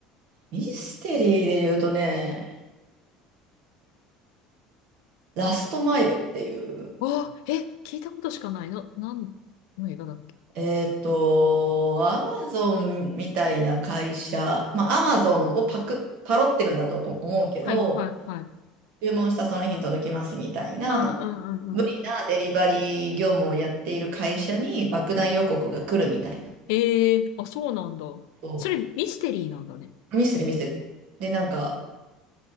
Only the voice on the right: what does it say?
ミステリーで言うとね、ラストマイルっていう、
えっと、アマゾンみたいな会社、まあ、アマゾンをパク、パロってるんだと思うけど、
注文したその日に届きますみたいな、
無理なデリバリー業務をやっている会社に爆弾予告が来るみたいな。
そ
うミスでミスで。で、なんか、